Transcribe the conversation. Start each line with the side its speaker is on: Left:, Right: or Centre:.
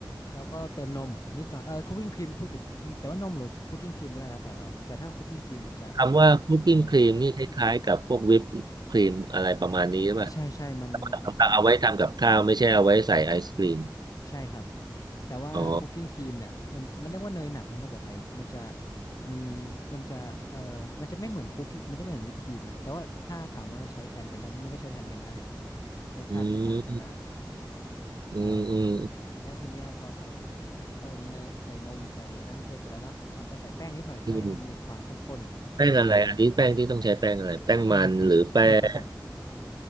Left: แล้วก็เติมนมนิดหน่อยเออคุกกิ้งครีมพูดผิดแต่ว่านมหรือคุกกิ้งครีมก็ได้แล้วแต่เราแต่ถ้าคุกกิ้งครีมมันจะ
Right: คำว่าคุกกิ้งครีมนี่คล้ายๆกับพวกวิปครีมอะไรประมาณนี้หรือเปล่ะ
Left: อร่อยกว่า ใช่ใช่ มัน
Right: สำหรับเอาไว้ทำกับข้าวไม่ใช่เอาไว้ใส่ไอศกรีม
Left: ใช่ครับ แต่ว่าคุกกิ้งครีมเนี่ยมันมันเรียกว่าเนยหนักนะภาษาไทย
Right: อ๋อ
Left: มันจะมีมันจะเออมันจะไม่เหมือนคุกกี้มันจะไม่เหมือนวิปครีมนะ แต่ว่าถ้าถามว่าใช้แทนกันได้ไหมมันก็ใช้แทนกันได้รสชาติไม่ต่างกันมาก
Right: อืมอืมอืม
Left: ใช่แล้วทีเนี้ยพอใส่เออเนยใส่นมใส่อันนั้นไปเสร็จแล้วเนาะแล้วก็ใส่แป้งนิดหน่อยเพื่อให้มันมีแบบความข้น
Right: อืม แป้งอะไรอันนี้แป้งที่ต้องใช้แป้งอะไรแป้งมันหรือแป้ง
Left: ๆอเนกประอเนกประสงค์